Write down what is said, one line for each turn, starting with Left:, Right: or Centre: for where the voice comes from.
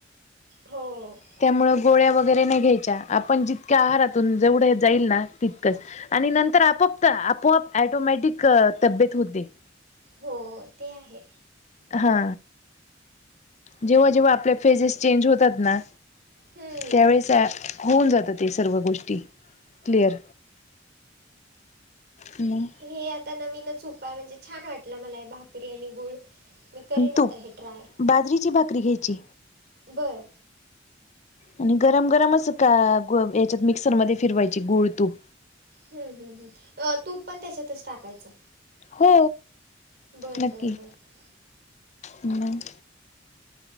Right: हो हो
Left: त्यामुळं गोळ्या वगैरे नाही घ्यायच्या आपण जितक्या आहारातून जेवढं जाईल ना तितकंच आणि नंतर आपोआप आपोआप टोमॅटिक तब्येत होते.
Right: हो हो ते आहे.
Left: हा जेव्हा जेव्हा आपल्या फेजेस चेंज होतात ना
Right: हम्म
Left: त्यावेळेच आ होऊन जातं ते सर्व गोष्टी क्लिअर हम
Right: हे आता नवीनच उपाय म्हणजे छान वाटला मला भाकरी आणि गुळ. मी करीन
Left: आणि
Right: आता
Left: तूप
Right: हे ट्राय
Left: बाजरीची भाकरी घ्यायची
Right: बरं.
Left: आणि गरम गरमच का याच्यात मिक्सरमध्ये फिरवायची गूळ-तूप.
Right: हम् हम्म हम तूप पण त्याच्यातच टाकायचं.
Left: हो
Right: बरं
Left: नक्की
Right: बरं बरं
Left: हम.